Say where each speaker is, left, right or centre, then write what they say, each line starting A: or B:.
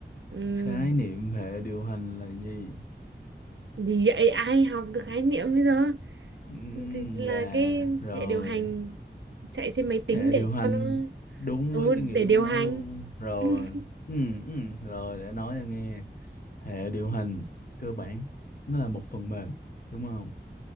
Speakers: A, on the right (about 85°); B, on the left (about 50°).
A: Ừ.
B: khái niệm hệ điều hành là gì
A: Thì vậy ai học được khái niệm bây giờ?
B: Ừm,
A: Thì là
B: gà
A: cái
B: rồi
A: hệ điều hành chạy trên máy tính
B: hệ
A: để
B: điều hành
A: cho nó
B: đúng
A: ừ,
B: với
A: để
B: cái nghĩa
A: điều
B: của nó
A: hành.
B: luôn rồi
A: <laughs>
B: Ừm, ừm, rồi để nói cho nghe hệ điều hành cơ bản nó là một phần mềm đúng không